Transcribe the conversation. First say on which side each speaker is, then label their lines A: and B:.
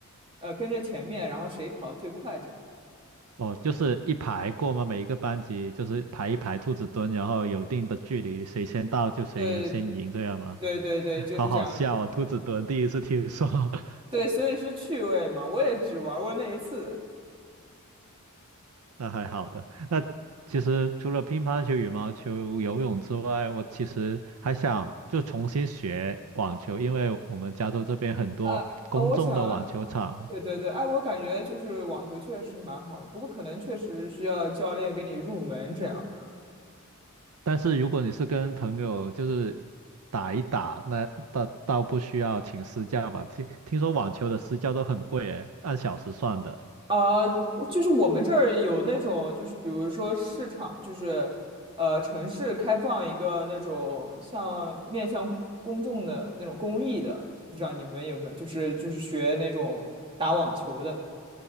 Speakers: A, on the right; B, on the right.
A: 呃，跟着前面，然后谁跑得最快，这样。
B: 哦，就是一排过吗？每一个班级就是排一排兔子蹲，然后有一定的距离，谁先到就谁先赢，
A: 对
B: 这样吗？
A: 对对对，就是这样。
B: 好好笑啊、兔子蹲第一次听说，<laughs>
A: 对，所以是趣味嘛，我也只玩过那一次。
B: 那还好的。那其实除了乒乓球、羽毛球、游泳之外，我其实还想就重新学网球，因为我们加州这边很多公众的网球场，
A: 啊啊，我想，对对对，哎，我感觉就是网球确实蛮好的，不过可能确实需要教练给你入门这样。
B: 但是如果你是跟朋友就是打一打，那倒倒不需要请私教吧？听听说网球的私教都很贵诶，按小时算的，
A: 啊，就是我们这儿有那种，就是比如说市场，就是呃城市开放一个那种像面向公众的那种公益的，不知道你们有没有？就是就是学那种打网球的，